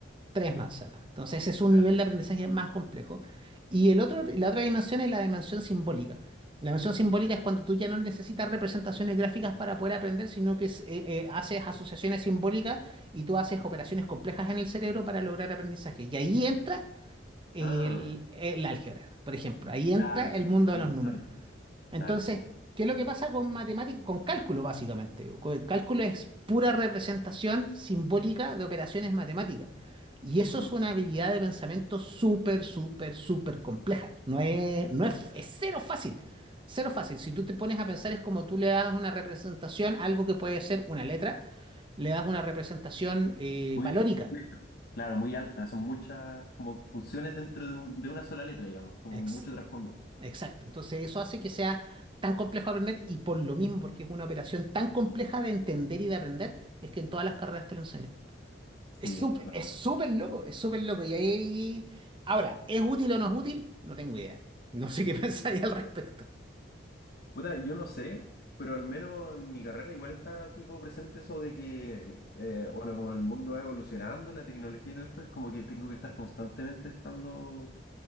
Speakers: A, on the right; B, on the left.
A: Tres manzanas. Entonces, ese es un
B: Claro.
A: nivel de aprendizaje más complejo. Y el otro, la otra dimensión es la dimensión simbólica. La dimensión simbólica es cuando tú ya no necesitas representaciones gráficas para poder aprender, sino que es- eh, eh, haces asociaciones simbólicas y tú haces operaciones complejas en el cerebro para lograr aprendizaje. Y ahí entra el,
B: Ah,
A: el álgebra, por ejemplo. Ahí entra
B: claro, sí.
A: el mundo
B: estoy
A: de los
B: muy
A: números.
B: claro.
A: Entonces,
B: Dale, sí.
A: ¿qué es lo que pasa con matemáticas, Con cálculo, básicamente. Co- El cálculo es pura representación simbólica de operaciones matemáticas. Y eso
B: Ujú.
A: es una habilidad de pensamiento súper, súper, súper compleja. No es, no es, es cero fácil. Cero fácil. Si tú te pones a pensar, es como tú le das una representación a algo que puede ser una letra, le das una representación eh,
B: Muy
A: valórica.
B: compleja. Claro, muy alta. Son muchas como funciones dentro de, un- de una sola letra, digamos, como
A: Ex-
B: mucho trasfondo.
A: Exacto. Entonces eso hace que sea tan complejo de aprender y por lo mismo, porque es una operación tan compleja de entender y de aprender, es que en todas las carreras te lo enseñan. Es
B: Sí,
A: súper,
B: claro.
A: es súper loco, es súper loco. Y ahí, ahora, ¿es útil o no es útil? No tengo idea. No sé qué <laughs> pensáis al respecto.
B: Puta, yo no sé, pero al menos en mi carrera igual está tipo presente eso de que, eh, bueno, como el mundo va evolucionando, la tecnología y todo esto, es como que tengo que estar constantemente estando,